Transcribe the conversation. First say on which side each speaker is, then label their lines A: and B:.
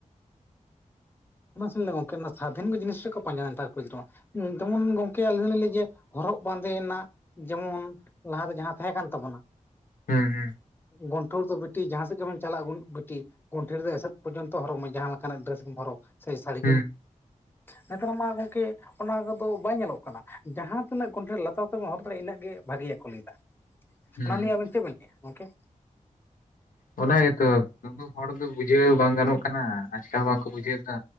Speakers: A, on the left; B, on the left.
A: ᱚᱱᱟᱮ ᱜᱚᱝᱠᱮ ᱥᱟᱫᱷᱤᱱ ᱜᱮ ᱡᱤᱱᱤᱥ ᱨᱮ ᱠᱚ ᱯᱟᱸᱡᱟ ᱱᱮᱛᱟᱨ ᱠᱚᱲᱤ ᱜᱤᱫᱽᱨᱼᱟ ᱡᱮᱢᱚᱱ ᱜᱚᱝᱠᱮ ᱟᱹᱞᱤᱧ ᱫᱚᱞᱤᱧ ᱞᱟᱹᱭ ᱡᱮ ᱦᱚᱨᱚᱜ ᱵᱟᱸᱫᱮ ᱨᱮᱱᱟᱜ ᱡᱮᱢᱚᱱ ᱞᱟᱦᱟᱛᱮ ᱡᱟᱦᱟᱸ ᱛᱟᱦᱮᱸ ᱠᱟᱱ ᱛᱟᱵᱚᱱᱟ᱾
B: ᱦᱩᱸ ᱦᱩᱸ
A: ᱜᱚᱱᱴᱷᱲ ᱫᱚ ᱵᱤᱴᱤ ᱡᱟᱦᱟᱸ ᱥᱮᱫ ᱜᱮᱵ ᱪᱟᱞᱟᱜᱼᱟ ᱜᱩᱰ ᱵᱤᱴᱤ ᱜᱚᱱᱴᱷᱮ ᱨᱮ ᱮᱥᱮᱫ ᱯᱚᱨᱡᱚᱱᱛᱚ ᱦᱚᱨᱚᱜ ᱢᱮ ᱡᱟᱦᱟᱸ ᱞᱮᱠᱟᱱᱟᱜ ᱰᱨᱮᱥ ᱜᱮᱢ ᱦᱚᱨᱚᱜ᱾ ᱥᱮ ᱥᱟᱹᱲᱤ
B: ᱦᱩᱸ
A: ᱜᱮ ᱱᱮᱛᱟᱨ ᱢᱟ ᱜᱚᱝᱠᱮ ᱚᱱᱟ ᱠᱚᱫᱚ ᱵᱟᱭ ᱧᱮᱞᱚᱜ ᱠᱟᱱᱟ ᱡᱟᱦᱟᱸ ᱛᱤᱱᱟᱹᱜ ᱜᱚᱱᱴᱷᱮ ᱞᱟᱛᱟᱨ ᱛᱮᱵᱚᱱ ᱦᱚᱨ ᱫᱟᱲᱮᱭᱟᱜᱼᱟ ᱤᱱᱟᱹᱜ ᱜᱮ ᱵᱷᱟᱹᱜᱮᱭᱟ ᱠᱚ ᱞᱟᱹᱭ ᱫᱟ ᱾
B: ᱦᱩᱸ
A: ᱚᱱᱟ ᱱᱤᱭᱮ ᱟᱵᱤᱱ ᱪᱮᱫ ᱵᱤᱱ ᱞᱟᱹᱭᱟ ᱜᱚᱝᱠᱮ
B: ᱚ ᱜᱮᱛᱚ ᱩᱫᱩ ᱦᱚᱲ ᱫᱚ ᱵᱩᱡᱷᱟᱹᱣ ᱵᱟᱝ ᱜᱟᱱᱚᱜ ᱠᱟᱱᱟ ᱟᱪᱠᱟ ᱦᱚᱸ ᱵᱟᱝ ᱠᱚ ᱵᱩᱡᱷᱟᱹᱣ ᱫᱟ᱾